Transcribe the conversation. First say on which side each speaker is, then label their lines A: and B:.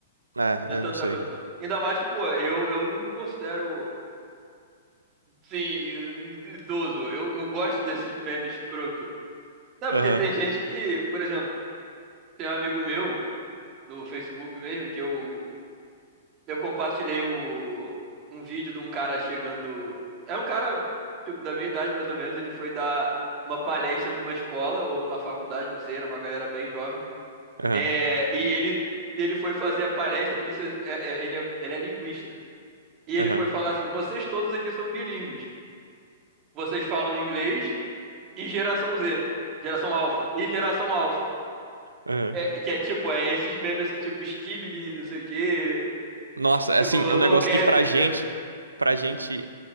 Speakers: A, on the right; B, on the right.
A: Ah,
B: Não
A: eu
B: é tanta
A: não sei.
B: coisa. Ainda mais, que, pô, eu, eu não me considero, sim, idoso. Eu, eu gosto desses memes escroto. Não,
A: Aham,
B: porque tem gente que, por exemplo, Tem um amigo meu no Facebook mesmo que eu eu compartilhei o, um vídeo de um cara chegando. É um cara tipo da minha idade mais ou menos. Ele foi dar uma palestra numa escola ou numa faculdade, não sei. Era uma galera bem jovem.
A: aham,
B: É, e ele ele foi fazer a palestra e disse é, é, ele é, ele é linguista e ele
A: aham,
B: foi falar assim: vocês todos aqui são bilíngues. Vocês falam inglês e geração Z, geração alfa e geração alfa.
A: aham.
B: É, que é tipo, é esses memes assim, tipo Steve de não sei o quê,
A: Nossa, é
B: Tipo,
A: assim, é um
B: no
A: negócio
B: cap,
A: que pra
B: fam.
A: gente, pra gente